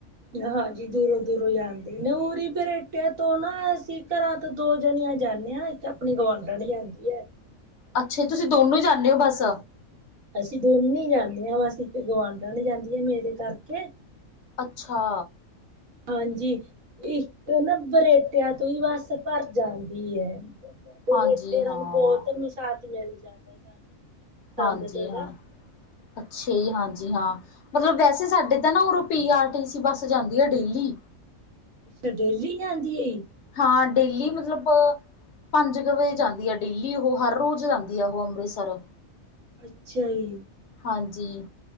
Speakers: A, on the right; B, on the left.
A: ਹਾਂਜੀ ਦੂਰੋਂ ਦੂਰੋਂ ਜਾਂਦੇ ਨੇ ਉਰੀ ਬਰੇਟਿਆਂ ਤੋਂ ਨਾ ਸੀ ਘਰਾਂ ਦੋ ਜਣੀਆਂ ਜਾਂਦੇ ਆ ਇੱਕ ਆਪਣੀ ਗਵਾਂਢਣ ਜਾੰਦੀ ਹੈ।
B: ਅੱਛਾ ਤੁਸੀਂ ਦੋਨੋਂ ਹੀ ਜਾਂਦੇ ਹੋ ਬਸ।
A: ਅਸੀਂ ਦੋਨੈ ਈ ਜਾਂਦੇ ਹਾਂ ਵਸ ਇੱਕ ਗੁਵਢਣ ਜਾਂਦੀ ਆ ਮੇਰੇ ਕਰਕੇ
B: ਅੱਛਾ।
A: ਹਾਂਜੀ ਇੱਕ ਨਾ ਬਰੇਟਿਆਂ ਤੋਂ ਹੀ ਬੱਸ ਭਰ ਜਾਂਦੀ ਹੈ।
B: ਹਾਂਜੀ
A: ਇਤੇ
B: ਹਾਂ
A: ਸਾਨੂੰ ਬਹੁਤ ਮਸਾਤ ਮਿਲ ਜਾਂਦਾ ਸਾਨੂੰ। ਸੰਗਤ
B: ਹਾਂਜੀ ਹਾਂ,
A: ਦਾ
B: ਅੱਛੇ, ਹਾਂਜੀ ਹਾਂ। ਮਤਲਬ ਵੈਸੇ ਸਾਡੇ ਤਾਂ ਨਾ ਪੀ ਆਰ ਟੀ ਸੀ ਬੱਸ ਜਾਂਦੀ ਹੈ ਡੇਲੀ।
A: ਅੱਛਾ ਡੇਲੀ ਜਾਂਦੀ ਏ?
B: ਹਾਂ ਡੇਲੀ ਮਤਲਬ ਪੰਜ ਕੁ ਵਜੇ ਜਾਂਦੀ ਆ ਡੇਲੀ ਉਹ ਹਰ ਰੋਜ਼ ਜਾਂਦੀ ਆ ਉਹ ਅੰਮ੍ਰਿਤਸਰ।
A: ਅੱਛਾ ਜੀ
B: ਹਾਂਜੀ